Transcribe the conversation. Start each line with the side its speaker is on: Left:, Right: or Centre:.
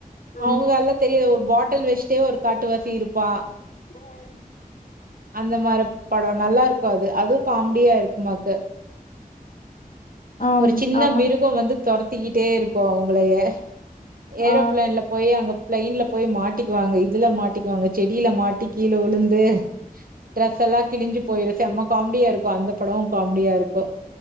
Left: ம்.
Right: அவுங்க அல்லா தெரியு ஒரு பாட்டில் வச்சுட்டே ஒரு காட்டு வாசி இருப்பா
Left: உஹ <unintelligible>
Right: அந்த மாரி படோ நல்லா இருக்கு அது அதுவு காமெடியா இருக்கு பாக்க
Left: ஆம்.
Right: ஒரு சின்ன
Left: ஆமா.
Right: மிருக வந்து தொரத் சுத்திக்கிட்டே இருக்கு அவுங்களயே ஏரோ
Left: ஆ.
Right: பிளைன்ல போய் அங்க பிளைன்ல போய் மாட்டிக்குவாங்க இதுல மாட்டிக்குவாங்க செடில மாட்டி கீழ விழுந்து டட்ரஸ்ல்லா கிழிஞ்சு போயிரு செம்ம காமெடியா இருக்கு அந்த படோ காமெடியா இருக்கு